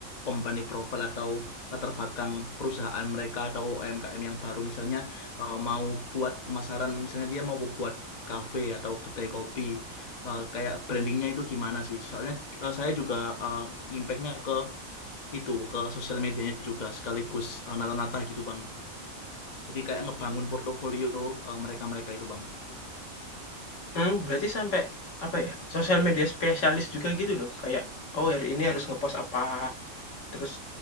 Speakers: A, on the left; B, on the left.
A: company profile atau latar belakang perusahaan mereka atau UMKM yang baru misalnya eh, mau buat pemasaran, misalnya dia mau buat kafe atau kedai kopi, Eh, kayak brandingnya itu gimana sih? Soalnya eh, saya juga eh, impactnya ke itu ke sosial medianya juga sekaligus eh, nata-nata gitu Bang. Jadi kayak ngebangun portofolio eh, mereka-mereka itu Bang.
B: Hmm berarti sampai apa ya, sosial media spesialis juga gitu dong? Kayak, oh hari ini harus ngepost apa Terus